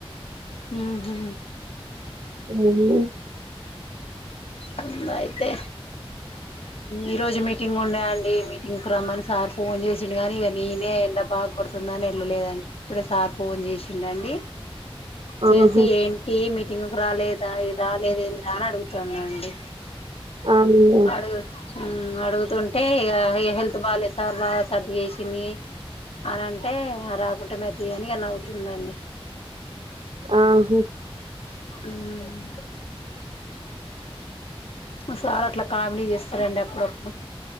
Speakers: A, on the left; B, on the right.
A: హు మ్ హు
B: ఆమ్మె
A: అంద అయితే ఈరోజు మీటింగ్ ఉండేయండి మీటింగ్కి రమ్మని సార్ ఫోన్ చేసిండు కాని ఇక నేనే ఎండ బాగా కొడుతుందని వెళ్ళలేదండి ఇప్పుడే సార్ ఫోన్ చేసిండు అండి చేసి
B: ఆహా
A: ఏంటి మీటింగ్ కు రాలేదు రాలేదెందిరా అని అడుగుతాండూ అండి
B: అవునా
A: అడుగు హు అడుగుతు ఉంన్ అంటే ఇగ హెల్త్ బాగాలేదు సార్ బాగా సర్ది చేేసింది అని అంటే రాకుంటే మాయేతి అనీ ఇగ అవుతుండండి <inaudible>
B: ఆహా
A: ఉమ్ సార్ అట్లా కామెడీ చేస్తారండి అప్పుడప్